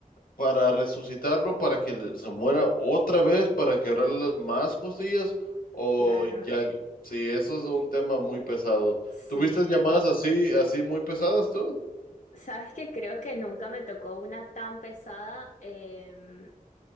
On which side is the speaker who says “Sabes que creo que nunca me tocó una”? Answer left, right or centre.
Left